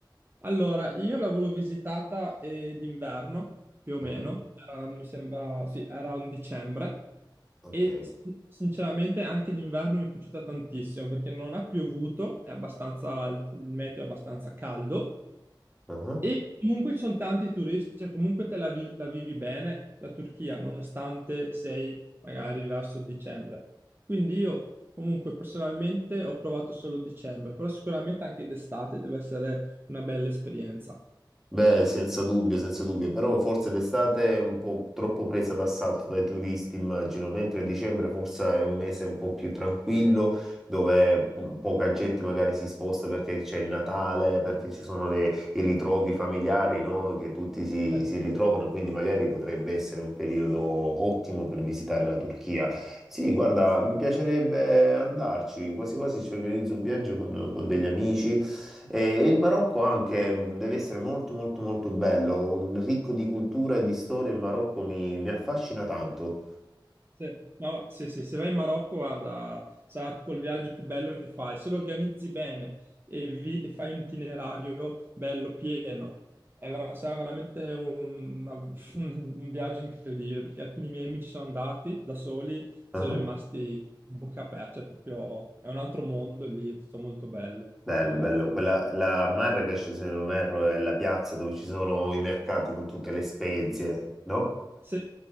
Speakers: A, on the right; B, in the centre.
A: Allora, io l'avevo visitata eh, d'inverno, più o meno,
B: Mm,
A: era, mi sembra, sì, era un dicembre,
B: ok.
A: e sin- sinceramente anche d'inverno mi è piaciuta tantissimo, perché non ha piovuto, è abbastanza, il meteo è abbastanza caldo,
B: Ah.
A: e comunque ci sono tanti turisti, cioè comunque te la, vi- la vivi bene, la Turchia, nonostante sei magari verso dicembre. Quindi io, comunque, personalmente ho provato solo dicembre, però sicuramente anche d'estate deve essere una bella esperienza.
B: Beh, senza dubbio, senza dubbio, però forse d'estate è un po' troppo presa d'assalto dai turisti, immagino, mentre dicembre forse è un mese un po' più tranquillo, dove po- poca gente magari si sposta perché c'è il Natale, perché ci sono le- i ritrovi familiari, no? Che tutti si,
A: Eh,
B: si ritrovano, quindi magari potrebbe essere un periodo ottimo per visitare la Turchia. Sì, guarda, mi piacerebbe andarci, quasi quasi ci organizzo un viaggio con con degli amici. E il Marocco anche mh, deve essere molto molto molto bello, ricco di cultura e di storia, il Marocco mi, mi affascina tanto.
A: sì. No, sì, sì, se vai in Marocco, guarda, sarà tipo il viaggio più bello che fai. Se lo organizzi bene e, vi- e fai un itinerario bello pieno, è vera- sarà veramente un, una- <laughs> un viaggio incredibile, perché alcuni miei amici sono andati da soli, sono
B: Ah,
A: rimasti bocca aperta, cioè proprio è un altro mondo lì, tutto molto bello,
B: Bello,
A: davvero.
B: bello. Quella, la Marrakesh, se non erro, è la piazza dove ci sono i mercati con tutte le spezie, no?
A: Se